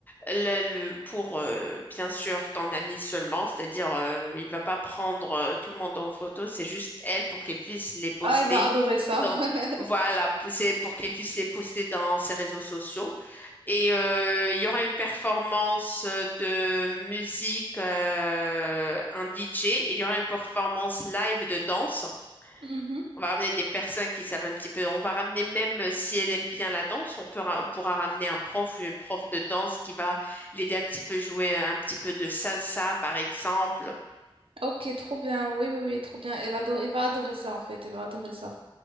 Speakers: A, on the left; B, on the right.
A: le, le- pour euh, bien sûr ton ami seulement, c'est-à-dire euh, il va pas prendre euh, tout le monde en photo, c'est juste elle pour qu'elle puisse les poster
B: Ah, elle va adorer ça.
A: dans
B: <laughs>
A: voilà, c'est pour qu'elle puisse les poster dans ses réseaux sociaux. Et euh, il y aura une performance euh, de musique, euh, un DJ, et il y aura une performance live de danse.
B: Mhm.
A: On va ramener des personnes qui savent un petit peu. On va ramener même euh, si elle aime bien la danse, on peut ra- on pourra ramener un prof ou une prof de danse qui va l'aider un petit peu jouer euh, un petit peu de salsa, par exemple.
B: Ok, trop bien. Oui, oui, oui, trop bien. Elle adore, elle va adorer ça, en fait. Elle va adorer ça.